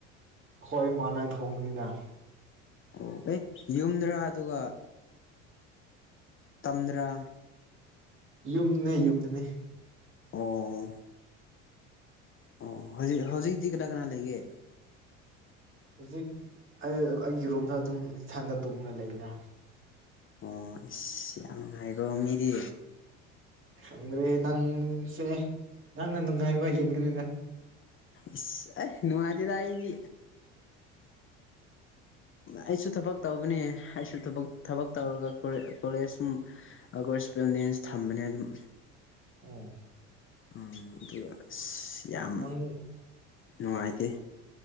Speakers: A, on the right (about 35°); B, on the left (about 35°).
A: ꯑꯈꯣꯏ ꯏꯃꯥꯟꯅꯥꯏ ꯊꯣꯡꯕꯅꯤꯅ
B: ꯑꯣ ꯑꯦ ꯌꯨꯝꯗꯔꯥ ꯑꯗꯨꯒ ꯇꯝꯗꯔꯥ
A: ꯌꯨꯝꯅꯦ ꯌꯨꯝꯗꯅꯦ
B: ꯑꯣ ꯑꯣ ꯍꯧꯖꯤꯛ ꯍꯧꯖꯤꯛꯇꯤ ꯀꯅꯥ ꯀꯅꯥ ꯂꯩꯒꯦ
A: ꯍꯧꯖꯤꯛ ꯑꯩꯒꯤ ꯔꯨꯝꯗ ꯑꯗꯨꯝ ꯏꯊꯟꯗ ꯇꯨꯝꯉ ꯂꯩꯅ
B: ꯑꯣ ꯑꯁ ꯌꯥꯝ ꯅꯨꯪꯉꯥꯏꯀꯣ ꯃꯤꯗꯤ
A: ꯈꯪꯈ꯭ꯔꯦ ꯅꯪꯁꯦ ꯅꯪꯅ ꯅꯨꯡꯉꯥꯏꯕ ꯍꯦꯟꯒꯅꯤꯅꯥ
B: ꯏꯁ ꯑꯩ ꯅꯨꯡꯉꯥꯏꯇꯦꯗ ꯑꯩꯗꯤ ꯑꯩꯁꯨ ꯊꯕꯛ ꯇꯧꯕꯅꯦ ꯑꯩꯁꯨ ꯊꯕꯛ ꯊꯕꯛ ꯇꯧꯔꯒ ꯀꯣꯂꯦꯖ ꯑꯒ ꯏꯁꯄꯅꯤꯁ ꯊꯝꯕꯅꯦ ꯑꯗꯨꯝ
A: ꯎꯝ
B: ꯎꯝ ꯑꯗꯨꯒ ꯑꯁ ꯌꯥꯝ
A: ꯅꯪ
B: ꯅꯨꯡꯉꯥꯏꯇꯦ